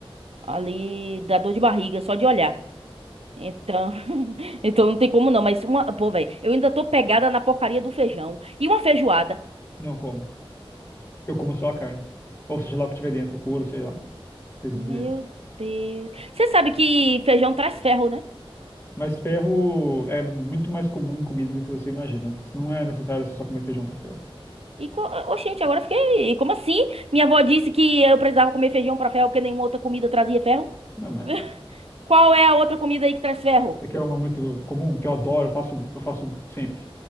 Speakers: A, on the right; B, on the left.
A: Ali dá dor de barriga só de olhar. Então, <laughs> então não tem como não. Mas uma, pô, velho, eu ainda tô pegada na porcaria do feijão e uma feijoada.
B: não como. Eu como só a carne. Ou seja lá o que tiver dentro, couro, sei lá, coisas
A: Meu
B: de dentro.
A: Deus. Você sabe que feijão traz ferro, né?
B: Mas ferro é muito mais comum em comida do que você imagina. Não é necessário você só comer feijão para ferro.
A: E, co- oxente, agora eu fiquei. Como assim? Minha avó disse que eu precisava comer feijão pra ferro porque nenhuma outra comida trazia ferro?
B: Não, mas
A: <laughs>
B: é
A: Qual é a outra comida aí que traz ferro?
B: É que é uma muito comum, que eu adoro, eu faço, eu faço sempre.